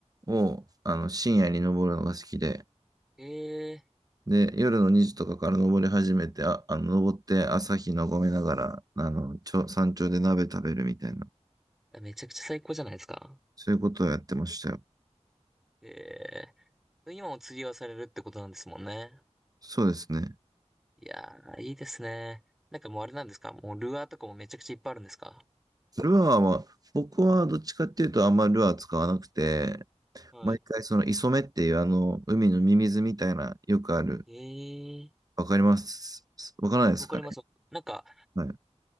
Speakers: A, on the right (about 30°); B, in the centre.
A: を、あの、深夜に登るのが好きで、
B: ええ
A: で、夜の2時とかから登り始めて、あ、あの、登って朝日眺めながら、あの、ちょ、山頂で鍋食べるみたいな、
B: ーめちゃくちゃ最高じゃないですか。
A: そういうことをやってましたよ。
B: ええ。今も釣りをされるってことなんですもんね。
A: そうですね。
B: いやー、いいですね。なんかもうあれなんですかもうルアーとかもめちゃくちゃいっぱいあるんですか
A: ルアーは、僕はどっちかっていうとあんまりルアー使わなくて、
B: はい。
A: 毎回その磯目っていうあの海のミミズみたいなよくある。
B: ええ。
A: わかります。わからないですかね。
B: わかります。なんか、
A: はい。